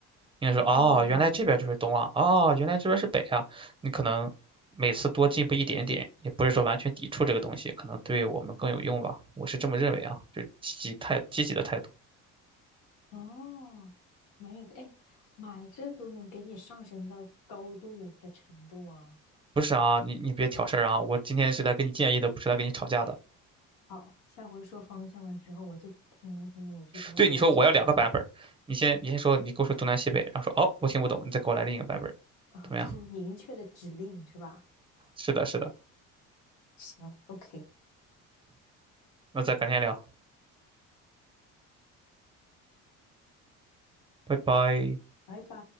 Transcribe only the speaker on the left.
嗯，
哦，没有的，哎，妈这都能给你上升到高度的程度啊！
好，下回说方向的时候，我就听一听你是怎么给我指方向
啊，<laughs>
就是明确的指令是吧？
行，OK，
拜拜。